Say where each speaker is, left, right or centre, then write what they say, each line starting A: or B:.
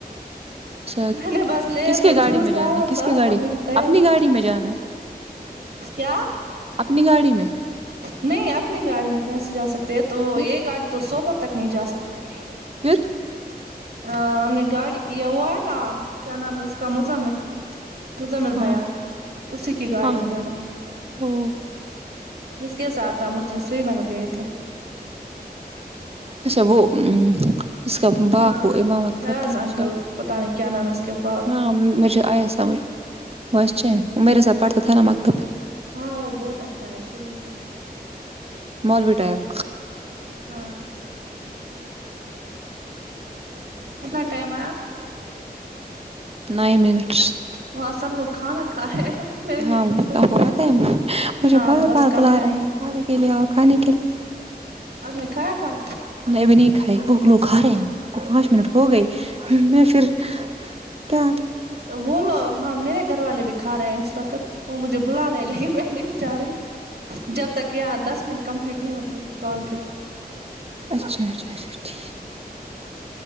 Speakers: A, on the right; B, on the right.
A: اچھا
B: میں نے بس لیز
A: کس کے
B: اور
A: گاڑی
B: جوس
A: میں جانا
B: لایا
A: ہے کس
B: بس
A: کی گاڑی
B: وہ میری تیاری
A: اپنی گاڑی
B: ہے
A: میں جانا ہے
B: کیا
A: اپنی گاڑی میں
B: نہیں اپنی گاڑی میں کیسے جا سکتے ہیں تو
A: پھر
B: یہ گاڑی تو سوپر تک نہیں جا سکتی
A: پھر
B: آ ہم نے گاڑی کی ہے وہ ہے نا کیا نام ہے اس کا مزمل مزمل
A: ہاں
B: بھیا اسی کی گاڑی
A: ہاں
B: میں جانے
A: او
B: جس کے ساتھ ہم اس دن سری نگر گئے تھے
A: اچھا وہ اس کا باپ
B: ہاں
A: وہ امامت
B: فیاض
A: کرتا
B: انکل
A: ہے
B: پتہ نہیں کیا نام ہے اس کے پاس تھا
A: ہاں مجھے آیا سمجھ
B: <unintelligible>
A: وہ اچھا ہے وہ میرے ساتھ پڑھتا تھا نا مکتب میں
B: ہاں بہت اچھا ہے شریف ہے
A: مالوی ٹائپ
B: ہاں کتنا ٹائم آیا
A: نائن منٹس
B: وہاں سب لوگ کھانا کھا رہے ہیں میرے لیے
A: ہاں
B: کچھ بچے
A: آپ کو
B: گئے
A: پتآ
B: نہیں
A: ہے مجھے
B: ہاں
A: بار
B: بس
A: بار
B: کم
A: بلا
B: ٹائم
A: رہے
B: ہے
A: ہیں آپ اکیلے آو کھانے کے لیے
B: آپ نے کھایا کھانا
A: میں ابھی نہیں کھائی وہ لوگ کھا رہے ہیں کو پانچ منٹ ہو گئی میں پھر کیا
B: وہ لو ہاں میرے گھر والے بھی کھا رہے ہیں اس وقت وہ مجھے بلا رہے ہیں لیکن میں نہیں جا رہی جب تک یہاں دس منٹ کمپلیٹ نہیں ہوتے کال کے
A: اچھا اچھا اچھا ٹھیک